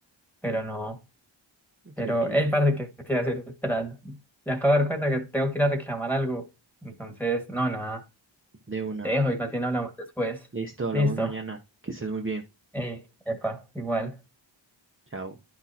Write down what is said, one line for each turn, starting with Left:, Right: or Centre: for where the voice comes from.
Centre: pero
Right: ujú.
Centre: no,
Right: Sí,
Centre: pero,
Right: aquí,
Centre: hey, parte que te iba a decir, espera, me acabo de dar cuenta que tengo que ir a reclamar algo, entonces, no, nada,
Right: de una.
Centre: te dejo, igual bien hablamos después.
Right: Listo, hablamos
Centre: Listo,
Right: mañana. Que estés muy bien.
Centre: hey, epa, igual.
Right: Chao.